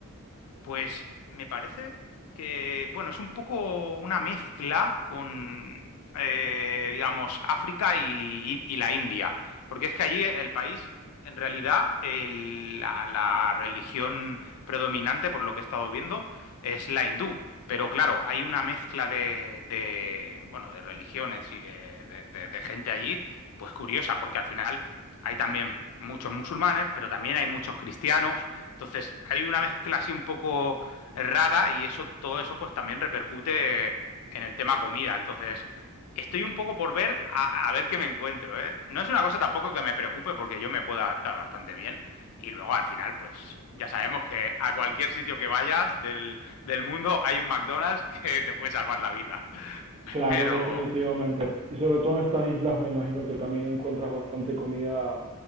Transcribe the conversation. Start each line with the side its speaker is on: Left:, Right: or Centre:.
Left: Pues me parece que, bueno, es un poco una mezcla con, eh, digamos, África y, y la India, porque es que allí el país, en realidad, el- la, la religión predominante, por lo que he estado viendo, es la hindú. Pero claro, hay una mezcla de, de, bueno, de religiones y de, de- de- de gente allí, pues curiosa, porque al final hay también muchos musulmanes, pero también hay muchos cristianos. Entonces, hay una mezcla así un poco eh, rara y eso, todo eso pues también repercute en el tema comida. Entonces, estoy un poco por ver a, a ver qué me encuentro, ¿eh? No es una cosa tampoco que me preocupe porque yo me puedo adaptar bastante bien. Y luego al final, pues ya sabemos que a cualquier sitio que vayas del, del mundo hay un McDonald's <laughs> que te puede salvar la vida. <laughs>
Right: Claro,
Left: Pero
Right: definitivamente. Y sobre todo en estas islas me imagino que también encuentras bastante comida.